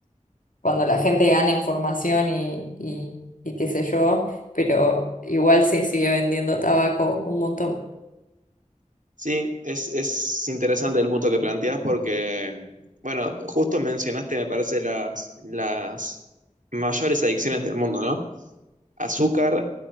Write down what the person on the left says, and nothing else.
cuando la gente gana información y, y, y qué sé yo, pero igual se sigue vendiendo tabaco un montón.